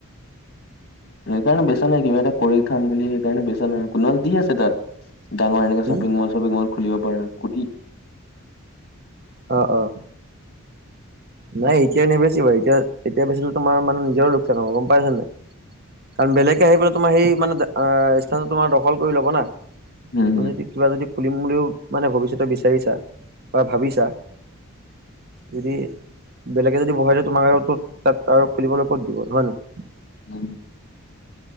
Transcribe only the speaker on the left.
সেইকাৰণে বেচা নাই কিবা এটা কৰি খাম বুলি সেইকাৰণে বেচা নাই কোনোবাক দি আছে তাত। ডাঙৰ এনেকা
শ্বপিং মল- শ্বপিং মল খুলিব পাৰা কুটি
উম উম
উম,